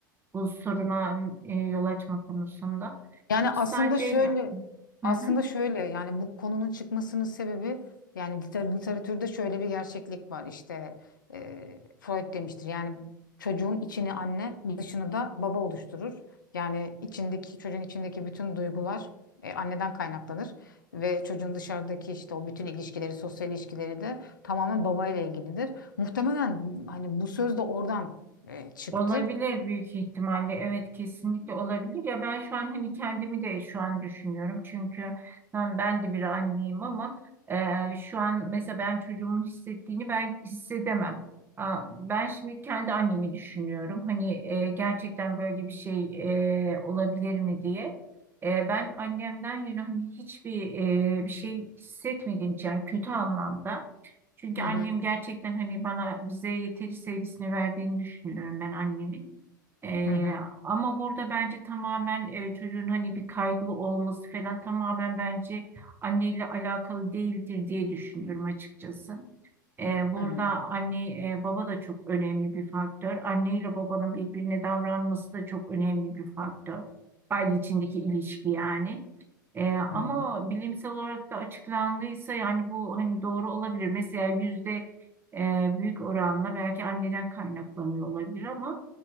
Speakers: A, on the right; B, on the left.
A: Bu soruna ee, yol açma konusunda.
B: Yani
A: Çünkü
B: aslında
A: sadece
B: şöyle aslında
A: hı hı.
B: şöyle yani bu konunun çıkmasının sebebi yani liter- literatürde şöyle bir gerçeklik var işte e, Freud demiştir yani çocuğun içini anne dışını da baba oluşturur. Yani içindeki çocuğun içindeki bütün duygular e, anneden kaynaklanır ve çocuğun dışarıdaki işte o bütün ilişkileri sosyal ilişkileri de tamamen babayla ilgilidir. Muhtemelen hani bu söz de oradan e, çıktı.
A: Olabilir büyük ihtimalle. Evet kesinlikle olabilir. Ya ben şu an hani kendimi de şu an düşünüyorum. Çünkü ben, ben de bir anneyim ama e, şu an mesela ben çocuğumun hissettiğini ben hissedemem. Aa, ben şimdi kendi annemi düşünüyorum. Hani e, gerçekten böyle bir şey e, olabilir mi diye. E, ben annemden yana hani hiçbir e, bir şey hissetmediğim için yani kötü anlamda. Çünkü
B: Hı
A: annem
B: hı
A: gerçekten hani bana bize yeteri sevgisini verdiğini düşünüyorum ben annemin. Ee,
B: hı hı
A: ama burada bence tamamen e, çocuğun hani bir kaygılı olması falan tamamen bence anneyle alakalı değildir diye düşünüyorum açıkçası. E, burada
B: hı
A: anne e, baba da çok önemli bir faktör. Anne ile babanın birbirine davranması da çok önemli bir faktör. Aile içindeki ilişki yani. E, ama
B: hı.
A: bilimsel olarak da açıklandıysa yani bu hani doğru olabilir. Mesela yüzde e, büyük oranla belki anneden kaynaklanıyor olabilir ama